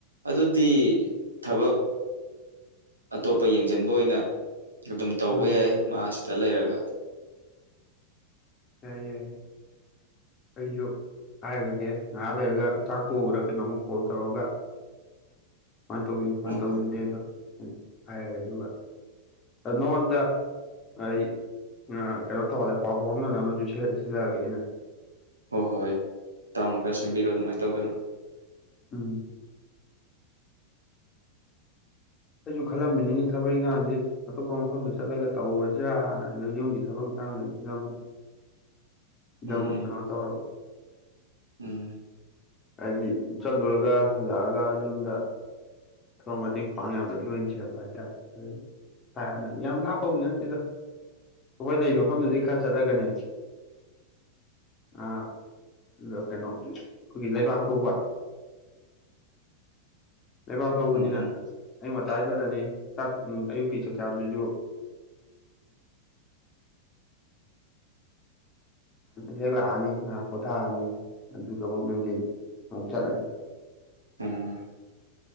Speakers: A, on the right; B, on the left.
A: ꯑꯗꯨꯗꯤ ꯊꯕꯛ ꯑꯇꯣꯞꯄ ꯌꯦꯡꯁꯤꯟꯕ ꯑꯣꯏꯅ ꯑꯗꯨꯝ ꯇꯧꯕ
B: ꯎꯝ
A: ꯌꯥꯏ ꯃꯥꯁꯤꯗ ꯂꯩꯔꯒ
B: ꯌꯥꯏ ꯌꯥꯏ ꯑꯩꯁꯨ ꯍꯥꯏꯔꯒꯦ ꯉꯥꯏꯍꯥ ꯂꯩꯔꯒ ꯆꯥꯛꯄꯣꯛꯎꯔ ꯀꯩꯅꯣ ꯑꯃꯨꯛ ꯀꯣꯜ ꯇꯧꯔꯒ ꯁꯨꯃꯥꯏꯅ ꯇꯧꯗꯣꯏꯅꯤ ꯁꯨꯃꯥꯏꯅ
A: ꯍꯣꯏ
B: ꯇꯧꯗꯣꯏꯅꯦ
A: ꯍꯣꯏ
B: ꯑꯗꯣ ꯍꯥꯏꯔꯒꯦ ꯑꯗꯨꯒ ꯅꯉꯣꯟꯗ ꯑꯩ ꯀꯩꯅꯣ ꯇꯧꯍꯜꯂꯦ ꯄꯥꯎꯕꯥꯎ ꯍꯣꯡꯅꯅꯕꯨ ꯁꯤꯜꯂꯛꯑꯒꯦ ꯑꯩꯅ
A: ꯍꯣꯏ ꯍꯣꯏ ꯍꯣꯏ ꯇꯥꯎꯅ ꯈꯔ ꯁꯦꯝꯕꯤꯔꯣ ꯑꯗꯨꯃꯥꯏꯅ ꯇꯧꯗꯅ
B: ꯎꯝ ꯑꯩꯁꯨ ꯈꯜꯂꯝꯃꯤꯅꯤꯅꯤ ꯊꯕꯛ ꯏꯪꯈꯥꯡꯁꯦ ꯑꯇꯣꯞꯄ ꯃꯐꯝꯗ ꯆꯠꯂꯒ ꯇꯧꯔꯣꯏꯁꯤꯔꯥꯅ ꯑꯗꯨ ꯌꯨꯝꯒꯤ ꯊꯕꯛ ꯆꯥꯡ ꯏꯃ
A: ꯎꯝ
B: ꯖꯃꯨ ꯀꯅꯥ
A: ꯎꯝ
B: ꯇꯧꯔꯕ
A: ꯎꯝ
B: ꯍꯥꯏꯗꯤ ꯆꯠꯂꯨꯔꯒ ꯍꯂꯛꯑꯒ ꯌꯨꯝꯗ ꯊꯔ ꯃꯇꯦꯡ ꯄꯥꯡꯉꯗ ꯂꯣꯏ ꯁꯦꯛꯄ ꯍꯥꯏꯇꯥꯔꯦ ꯑꯗꯨ ꯌꯥꯝ ꯂꯥꯞꯄ ꯍꯧꯅꯤ ꯅꯠꯇꯦꯗ ꯑꯩꯈꯣꯏ ꯂꯩ ꯃꯐꯝꯗꯨꯗꯤ
A: ꯎꯝ
B: ꯈꯔ ꯆꯠꯊꯒꯅꯦ ꯑ ꯏꯀꯦꯅꯣ ꯑꯩꯈꯣꯏꯒꯤ ꯂꯩꯕꯥꯛ ꯊꯧꯕ ꯂꯩꯕꯥꯛ ꯊꯧꯕꯅꯤꯅ
A: ꯎꯝ
B: ꯑꯌ ꯋꯥꯥꯏ ꯆꯂꯅꯤ ꯑꯌꯨꯛꯀꯤ ꯆꯥꯛꯆꯥꯥꯗꯨꯁꯨ
A: <inaudible>
B: ꯍꯦꯛ ꯂꯥꯛꯑꯅꯤ ꯉꯥꯏꯍꯥꯛ ꯀꯣꯊꯥꯔꯅꯤ ꯑꯗꯨ ꯀꯕꯛꯅꯨꯡꯇꯅꯤ ꯑꯥꯎ ꯆꯂꯦꯟ
A: ꯎꯝ